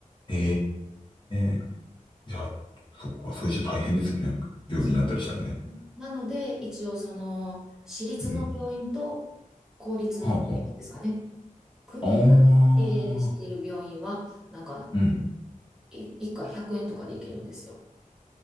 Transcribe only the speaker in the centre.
そうなので、一応その、私立の病院と公立の病院ですかね。
国が経営している病院は、
なんか、
い1回100円とかで行けるんですよ。